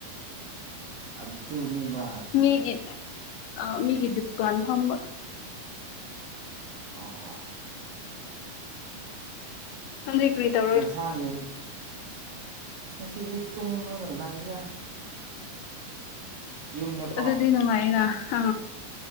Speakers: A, on the right (about 75°); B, on the left (about 85°).
A: ꯑꯗꯨꯅꯤꯕꯥ
B: ꯃꯤꯒꯤ ꯑ ꯃꯤꯒꯤ ꯗꯨꯀꯥꯟ ꯐꯝꯕ꯫
A: ꯑꯣ
B: ꯅꯪꯗꯤ ꯀꯔꯤ ꯇꯧ
A: ꯌꯦꯟꯁꯥꯡꯁꯦ ꯑꯁ ꯉꯁꯤꯗꯤ ꯇꯨꯝꯂꯒ ꯂꯩꯗ꯫ ꯌꯨꯝꯗꯀꯣ
B: ꯑꯗꯨꯗꯤ ꯅꯨꯡꯉꯥꯏꯅ ꯍ